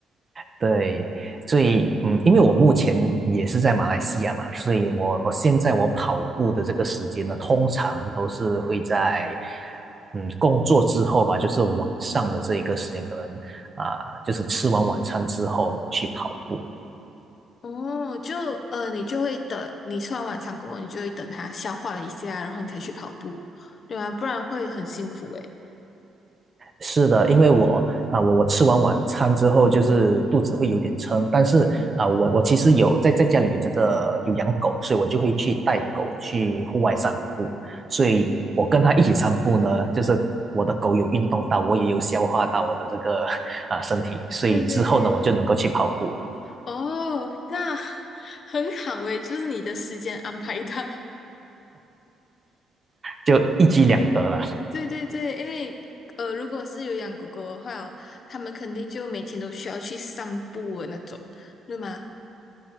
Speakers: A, on the right; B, on the left.
A: 对，所以嗯，因为我目前也是在马来西亚嘛，所以我我现在我跑步的这个时间呢，通常都是会在嗯工作之后吧，就是晚上的这一个时间，可能啊、就是吃完晚餐之后去跑步。
B: 哦，就呃，你就会等你吃完晚餐过后，你就会等它消化了一下，然后你才去跑步，对吧？不然会很辛苦诶。
A: 是的，因为我啊、我我吃完晚餐之后，就是肚子会有点撑，但是啊、我我其实有在在家里有这个有养狗，所以我就会去带狗去户外散步，所以我跟它一起散步呢，就是我的狗有运动到，我也有消化到我的这个 <laughs> 啊、身体，所以之后呢，
B: 对对对，
A: 我就能够去跑步，
B: 哦，那很好诶，就是你的时间安排到。
A: 就一举两得了。
B: 对对对，因为呃，如果是有养狗狗的话哦，他们肯定就每天都需要去散步的那种，对吗？